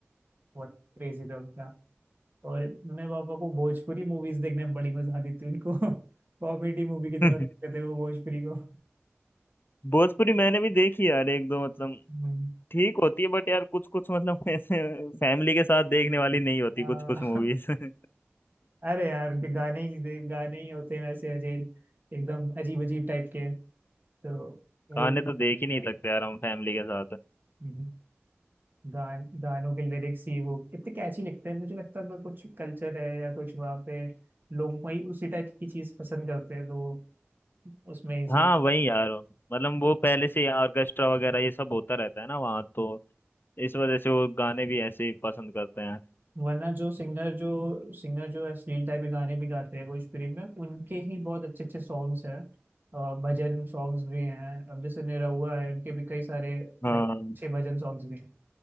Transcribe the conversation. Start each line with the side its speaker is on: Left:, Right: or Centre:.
Right: बहुत क्रेजी था उनका। और मम्मी पापा को भोजपुरी मूवीज देखने में बड़ी मजा आती थी उनको <laughs> कॉमेडी मूवी
Left: <laughs>
Right: की तरह देखते थे वो भोजपुरी को
Left: भोजपुरी मैंने भी देखी यार एक दो मतलब
Right: हम्म।
Left: ठीक होती है बट यार कुछ कुछ मतलब <laughs> ऐसे फैमिली के साथ देखने वाली नहीं होती
Right: आ,
Left: कुछ कुछ मूवीज <laughs>
Right: <laughs> अरे यार ये गाने ही नहीं दे गाने ही होते हैं वैसे अजेल एकदम अजीब अजीब टाइप के तो वो
Left: गाने
Right: भी होते
Left: तो देख ही नहीं
Right: हैं
Left: सकते यार हम फैमिली के साथ
Right: हम्म। गान गानों के लिरिक्स ही वो इतने कैची लिखते हैं मुझे लगता है उनका कुछ कल्चर है या कुछ वहाँ पे लोग वही उसी टाइप की चीज पसंद करते हैं तो वो उसमें इसी
Left: हाँ वही यार मतलब वो पहले से ऑर्केस्ट्रा वगैरह ये सब होता रहता है ना वहाँ तो इस वजह से वो गाने भी ऐसे ही पसंद करते हैं
Right: वरना जो सिंगर जो सिंगर जो अश्लील टाइप के गाने भी गाते हैं भोजपुरी में उनके ही बहुत अच्छे अच्छे सॉन्ग्स हैं अ, भजन सॉन्ग्स भी हैं अब जैसे निरहुआ है उनके भी कई सारे
Left: हाँ
Right: लाइक छह भजन सॉन्ग्स भी हैं